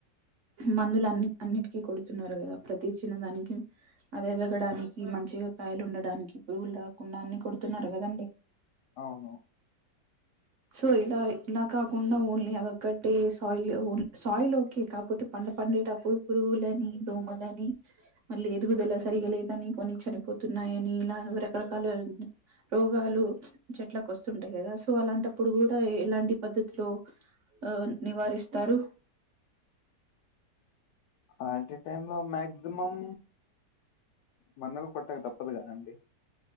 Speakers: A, on the right (about 55°); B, on the left (about 80°).
A: మందులు అన్ని అన్నిటికీ కొడుతున్నారు గదా ప్రతీ చిన్న దానికి అది ఎదగడానికి మంచిగా కాయలు ఉండడానికి పురుగులు రాకుండా అన్ని కొడుతున్నారు కదండి
B: అవును
A: సో ఇలా ఇలా కాకుండా ఓన్లీ అదొక్కటి సాయిల్ సాయిల్ ఓకే కాకపోతే పంట పన్ డేటప్పుడు పురుగులని దోమలని మళ్ళీ ఎదుగుదల సరిగలేదని కొన్ని చనిపోతున్నాయి అని రకరకాల రోగాలు చెట్ల కు వస్తుంటాయి కదా సో అలాంట ప్పుడు కూడా ఎలాంటి పద్ధతిలో ఆ నివారిస్తారు
B: అలాంటి టైం లో మాక్సిమం మన్నలు కొట్టక తప్పదుగా అండి